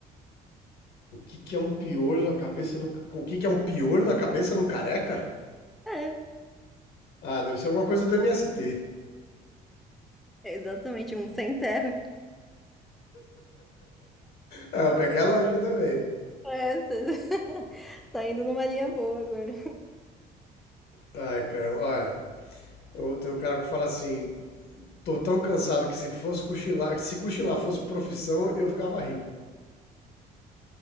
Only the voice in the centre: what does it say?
É,
é exatamente, um sem terra.
É, cê... <laughs> tá indo numa linha boa agora.